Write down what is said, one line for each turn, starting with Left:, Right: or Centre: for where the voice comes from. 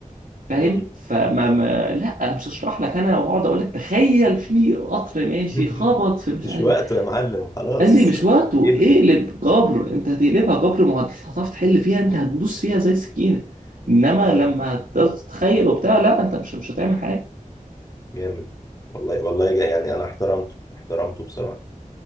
Right: فاهم
Left: امم
Right: فما ما لا انا مش هشرح لك انا واقعد اقول لك تخيل في قطر ماشي
Left: <laughs>
Right: خبط في مش
Left: مش
Right: عارف
Left: وقته
Right: ايه
Left: يا معلم خلاص
Right: قال لي مش
Left: الوقت
Right: وقته
Left: بيجري
Right: اقلب جبر انت هتقلبها جبر معادلة هتعرف تحل فيها انت هتدوس فيها زي سكينة انما
Left: اه
Right: لما تتخيل وبتاع لا انت مش مش هتعمل حاجة
Left: جامد والله والله جا- يعني انا احترمته احترمته بصراحه